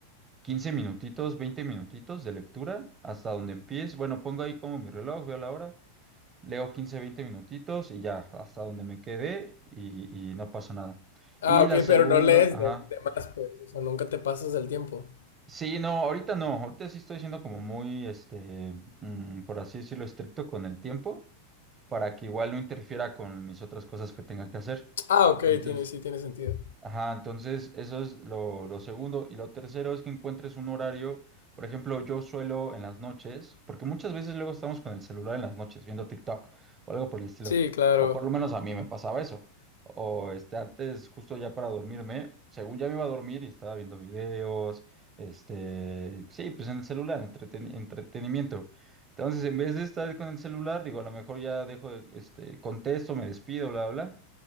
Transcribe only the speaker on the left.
Ah,
ok,
pero no lees
de, de más, pues. O sea, nunca te pasas del tiempo.
Ah, ok,
tiene, sí, tiene sentido.
Sí, claro.